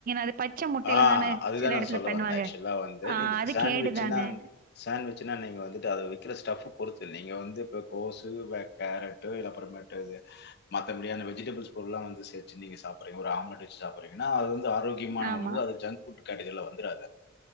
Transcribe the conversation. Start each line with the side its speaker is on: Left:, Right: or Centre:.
Right: அது பச்சை முட்டையில
Left: ஆஹ்
Right: தானே
Left: அதுதான்
Right: சில
Left: நான்
Right: இடத்துல
Left: சொல்ல
Right: பண்ணுவாங்க.
Left: வந்தேன் ஆக்சுவலா வந்து
Right: ஆ
Left: நீ
Right: அது
Left: சாண்ட்விச்னா
Right: கேடு தானே.
Left: சாண்ட்விச்னா நீங்க வந்துட்டு அத ஸ்டஃப்பு பொறுத்து நீங்க வந்து இப்ப கோசு இல்ல கேரட்டு இல்ல அப்புறமேட்டு மத்தபடியான வெஜிடபிஸ் பொருலாம் வந்து வச்சு நீங்க சாப்பிடுறிங்க ஒரு ஆம்லட் வச்ச சாப்பறீங்கன்னா அது வந்து விமான
Right: ஆமா.
Left: உணவு அது ஜங்க்பூட் கடசில வந்துறாத